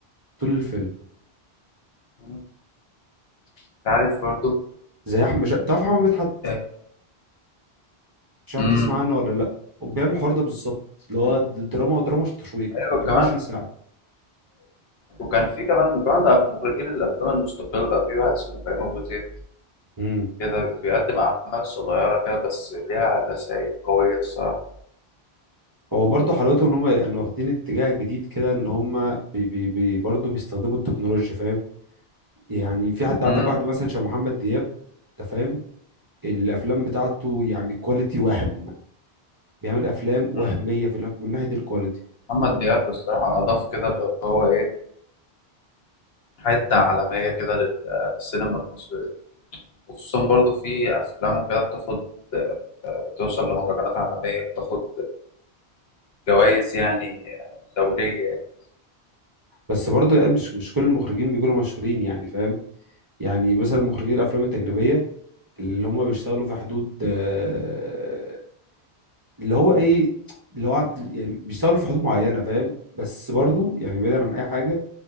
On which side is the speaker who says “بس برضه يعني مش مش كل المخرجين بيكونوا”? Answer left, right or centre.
Right